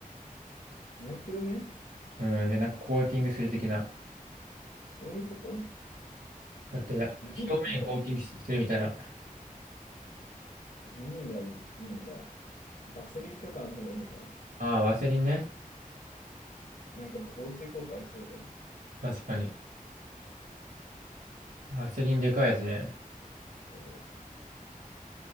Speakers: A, on the left; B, on the right.
A: 日焼け止め
B: うん、で、なんかコーティングする的な。
A: そういうこと
B: だって、
A: 何がいいんだろう。
B: 表面コーティングするみたいな。
A: 何がいいんだ。バセリンとかの方がいいのか
B: ああ、ワセリンね。
A: な。なんか防水効果ありそうじゃん。
B: 確かに。ワセリンでかいやつね。
A: そ